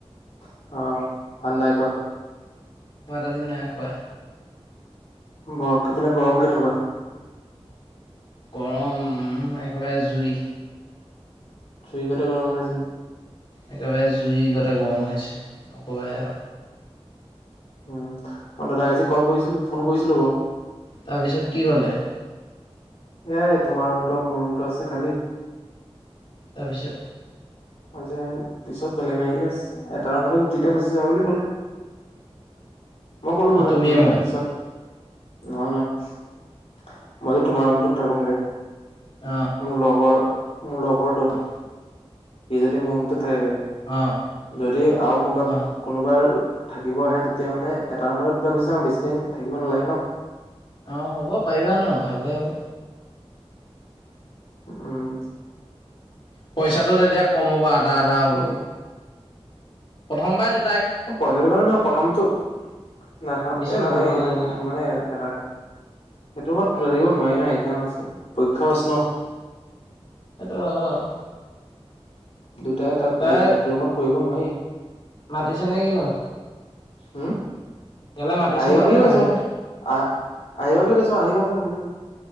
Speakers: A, on the left (about 80°); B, on the left (about 55°).
A: অহ ভাল নাই কোৱা।
B: ভাত আজি নাই খোৱা।
A: ব' তোৰফালে গৰম কেনেকুৱা?
B: গৰম, একেবাৰে জুই।
A: চুইকতে গৰম হৈ আছে নেকি?
B: একেবাৰে জুই গতে গৰম হৈ আছে, নকবাই।
A: উম, মই দাদাক আজি ক'ল কৰিছিলো। ফোন কৰিছিলো। <unintelligible>
B: তাৰপিছত, কি ক'লে?
A: এয়াই তোমাৰ ৰুমটো আৰু মোৰ ৰুমটো আছে খালি।
B: তাৰপিছত
A: আৰযেন পিছত বেলেগ আহিলে এটা ৰুমতে দুইটা গুচি যাব বুলি ক'লে। মই ক'লো
B: অ
A: মানে
B: তুমিয়ে
A: যদি
B: মই
A: পিছত নহয় নহয়। মই যদি তোমাৰ ৰুমটোত থাকোংগে।
B: অ',।
A: মোৰ লগৰ মোৰ লগৰটো
B: অহ।
A: সি যদি মোৰ ৰুমটোত থাকেগে।
B: অ
A: যদি আৰু কোনোবা
B: অ
A: কোনোবাৰ থাকিব আহে তেতিয়া মানে এটা ৰুমতে দুটা গুচি যাম। বেছি দিন থাকিব নালাগে ন'।
B: অ হ'ব পাৰিবা ন'? ভালে হ'ব।
A: উ উম।
B: পইচাটো তেতিয়া কম হ'ব আধা আধা হ'ব।
A: এ
B: প্ৰথমবাৰ
A: পইচাটোৰ কাৰণে ন প্ৰথমটো নাথাওঁ
B: বিচনা
A: এ নোৱাৰি
B: দুখন
A: এইটো
B: আনিলা
A: মানে এটা, সেইটো মত থাকিব নোৱাৰি ন একজাম আছে, পৰীক্ষাও আছে ন।
B: সাইটটো হয় বাৰু।
A: দুটাই তাত
B: তাই
A: সেইটো ৰুমত পৰিব নোৱাৰি।
B: মাতিছে নে কিনো?
A: উম,
B: ইয়ালে মাতিছে
A: আহিবা
B: নে
A: বুলি
B: কিনো
A: কৈছ
B: আহিবা
A: আহ আহিবা বুলি কৈছো আহিবাচোন বুলি,